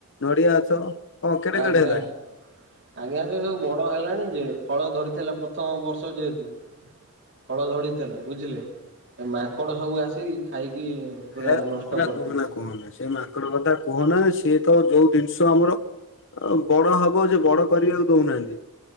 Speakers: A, on the left; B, on the right.
A: ନଡ଼ିଆ ଗଛ ହଁ, କେଡ଼େ
B: ଆଜ୍ଞା
A: କେଡ଼େ ହେଲାଣି?
B: ଆଜ୍ଞା ସେ ସବୁ ବଡ଼ ହେଲାଣି ଯେ ଫଳ ଧରିଥିଲା ପ୍ରଥମ ବର୍ଷ ଯେହେତୁ ଫଳ ଧଡ଼ିଥିଲା ବୁଝିଲେ ମାଙ୍କଡ଼ ସବୁ ଆସିକି ଖାଇକି ପୁରା
A: ହେ
B: ନଷ୍ଟ
A: କୁହନା-
B: କରିଦେଇଛି।
A: କୁହନା -କୁହନା ସେ ମାଙ୍କଡ଼ କଥା କୁହନା ସିଏ ତ ଯୋଉ ଜିନିଷ ଆମର ଆଉ ବଡ ହବ ଯେ ବଡ଼ କରିବାକୁ ଦଉନାହାନ୍ତି।